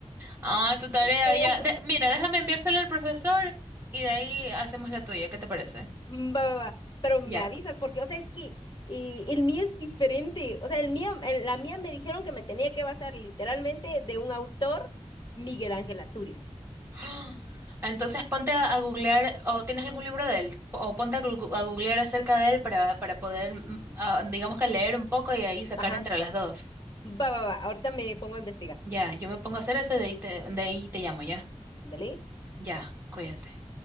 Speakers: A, on the right; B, on the left.
A: Ah, tu tarea
B: No.
A: ya. De- mira, déjame enviársela al profesor y de ahí hacemos la tuya. ¿Qué te parece?
B: Mm, Va, va, va. Pero me
A: Ya.
B: avisas, porque, o sea, es que eh, el mío es diferente. O sea, el mío, el- la mía me dijeron que me tenía que basar literalmente de un autor, Miguel Ángel Asturias.
A: <gasps> Entonces ponte a, a googlear o tienes algún libro de él o ponte a, gu- a googlear acerca de él para, para poder, mm, ah, digamos que leer un poco y ahí sacar
B: Ajá.
A: entre las dos.
B: Va, va, va. Ahorita me pongo a investigar.
A: Ya, yo me pongo a hacer eso y de ahí te, de ahí te llamo, ¿ya?
B: Dale.
A: Ya, cuídate.